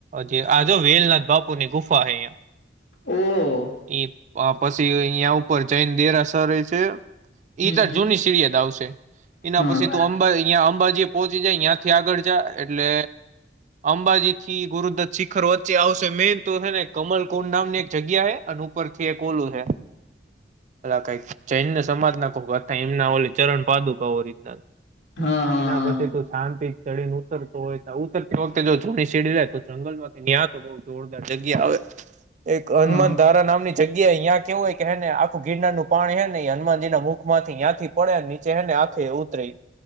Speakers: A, on the right; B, on the left.
A: જી આ જો વેલનાથ બાપુર ની ગુફા હ અહં
B: ઓહ
A: એ પછી અહિયાં ઉપર જૈન દેરાસર છે
B: હમ
A: ત જૂની સીરિ યાદ આવશે એના
B: હા
A: પછી
B: હા
A: તું અંબા અં અંબાજી પહોંચી જાય ત્યાંથી આગળ જા એટલે અંબાજી થી ગુરુદત શિખર વચ્ચે આવશે મેન તો છે ને કમલ કોુંડ નામ ની એક જગ્યા હે અને ઉપરથી એક ઓલું છે પલા કઈક જૈન્ય સમાજના તા એમના ઓ ચરણ પાદુકા ઓરિજનલ.
B: હા હા હા
A: એના પછી તો શાંતિ ચડીને ઉતરતો હોય તો ઉતરતી વખતે જો જૂણી સીડી લે તો જંગલ માંથી નિહતો જોરદાર જગ્યા આવે એક
B: હા
A: હનુમાન ધારા નામની. જગ્યાએ અ્યાં કેવું હોય કે હેને આખું ગિરનાર નનું પાણી હે ને એ હનુમાનજી ના મુખ માંથી ત્યાં થી પડ્યા નીચે એને આખે ઉતરી